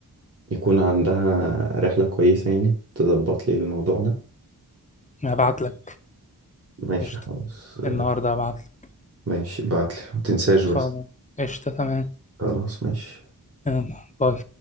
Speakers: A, on the right; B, on the left.
A: يكون عندها رحلة كويسة يعني تظبط لي الموضوع ده
B: هبعت لك
A: ماشي
B: قشطة
A: خلاص آه،
B: النهارده هبعتلك
A: ماشي بعتلي ما تنساش بس
B: خلاص قشطة تمام
A: خلاص ماشي
B: يلا باي